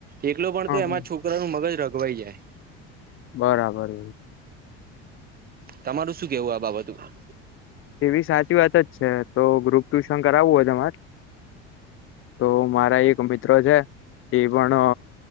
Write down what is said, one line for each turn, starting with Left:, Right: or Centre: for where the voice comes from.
Right: એકલો પણ
Left: હા
Right: તો એમાં છોકરા નું મગજ રગવાઈ જાય.
Left: બરાબર.
Right: તમારું શું કેવું આ બાબતમાં.
Left: એવી સાચી વાત જ છે તો ગ્રુપ ટ્યુશન કરાવવું હોય તમાર તો મારા એક મિત્ર છે. એ પણ